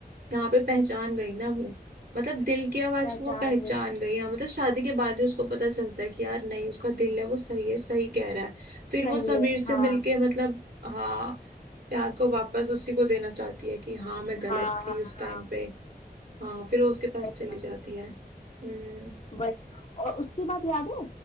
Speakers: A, on the right (about 70°); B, on the left (about 45°).
A: यहाँ पे पहचान गई ना वो मतलब दिल की आवाज
B: पहचान
A: को वो पहचान
B: ले
A: गई हाँ मतलब शादी के बाद ही उसको पता चलता है कि यार नहीं उसका दिल है वो सही है सही कह रहा है फिर वो
B: सही
A: समीर
B: है
A: से
B: हाँ
A: मिलके मतलब हाँ प्यार को वापस उसी को देना चाहती है कि हाँ मैं गलत
B: हाँ हाँ
A: थी उस टाइम
B: हाँ
A: पे हाँ फिर वो उसके पास
B: सही
A: चली जाती है हम्म
B: वही और उसके बाद याद है